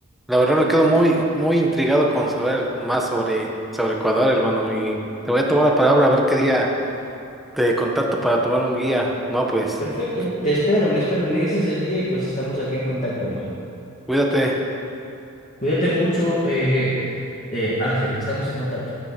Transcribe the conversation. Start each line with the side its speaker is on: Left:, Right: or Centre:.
Centre: La verdad me quedo muy, muy intrigado con saber más sobre, sobre Ecuador, hermano, y te voy a tomar la palabra a ver qué día te contacto para tomar un guía. No, pues,
Left: Perfecto,
Centre: cu-
Left: te espero, me espero, me dices el día y pues estamos acá en contacto, hermano.
Centre: cuídate.
Left: Cuídate mucho, eh, eh, Ángel, estamos en contacto.